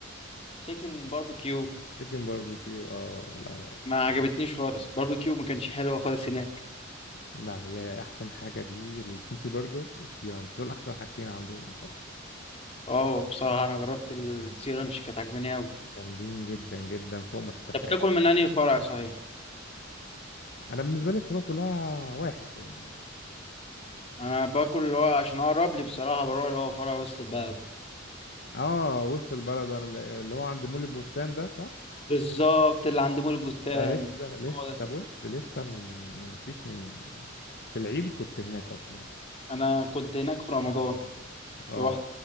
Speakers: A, on the left; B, on the left.
A: تشيكن باربيكيو
B: تشيكن باربيكيو اه لا لا
A: ما عجبتنيش خالص باربيكيو ما كانش حلو خالص هناك
B: لا هي احسن حاجة دي السموكي برجر والسي رانش دول احسن حاجتين عندهم بصراحة
A: اه بصراحه انا جربت السي رانش كانت عجباني قوي
B: جامدين جدا جدا فوق ما تتخيل
A: انت بتاكل من انهي فرع صحيح
B: انا بالنسبه لي الفروع كلها واحد يعني
A: انا باكل اللي هو عشان اقرب لي بصراحه بروح اللي هو فرع وسط البلد
B: اه وسط البلد أنا اللي هو عند مول البستان ده صح
A: بالظبط اللي عند مول البستان
B: ده مم. لسه لسه
A: هو ده
B: بص لسه من من- مفيش من في العيد كنت هناك اصلا
A: انا كنت هناك في رمضان
B: اه
A: رحت